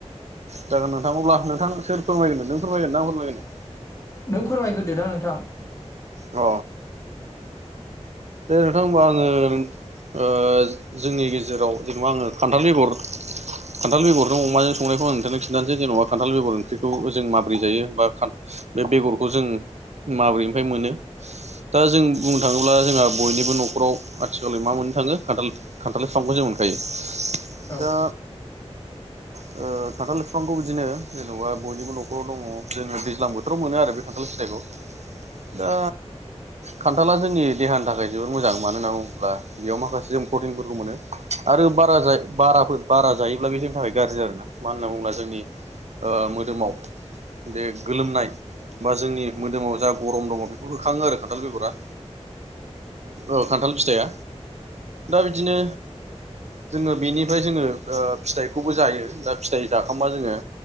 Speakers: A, on the right; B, on the left.
A: जागोन नोंथां अब्ला नोंथां सोर फोरमायगोन नों फोरमायगोन ना फोरमायगोन।
B: नों फोरमायग्रोदोदां नोंथां।
A: अ दे नोंथां होनबा आंडो ओ जोंनि गेजेराव जेन'बा आङो खान्थाल बेगर खान्थाल बेगरजों अमाजों संनायखौ आं नोंथांनो खिन्थानोसै जेन'बा खान्थाल बेगर ओंख्रिखौ जों माबोरै जायो बा बे बेगरखौ जों माब्रैनिफ्राय मोनो दा जों बुंनो थाङोब्ला जोंहा बयनिबो न'खराव आथिखालै मा मोननो थाङो खान्थाल बिफांखौ जों मोनखायो।
B: औ
A: दा
B: <inaudible>
A: ओ खन्थाल बिफांखौ बिदिनो जेन'बा बयनिबो न'खराव दङ जोङो दैज्लां बोथो राव मोनो आरो बे खान्थाल फिथाइखौ दा खान्थाला जोंनि देहानि थाखाय जोबोर मोजां मानो होनना बुङोब्ला बेयाव माखासे जों प्रटिनफोरखौ मोनो आरो बारा जाय बाराफोर बारा जायोब्ला बे जोंनि थाखाय गाज्रि आरोना मानो होनना बुङोब्ला जोंनि मोदोमाव बे गोलोमनाय बा जोंनि मोदोमाव जा गरम दङ बेखौ होखाङो आरो खान्थाल बेगरा। ओ खान्थाल फिथाइया दा बिदिनो जोङो बेनिफ्राय जोङो ओ फिथाइखौबो जायो दा फिथाइ जाखांबा जोङो